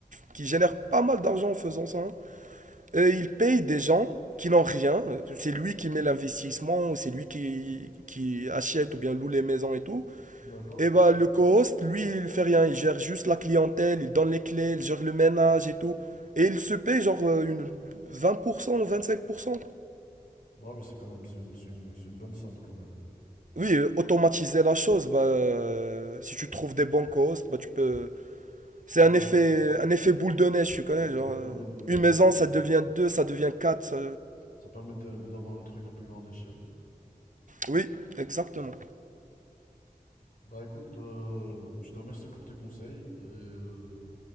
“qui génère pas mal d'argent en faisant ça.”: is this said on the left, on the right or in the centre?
Right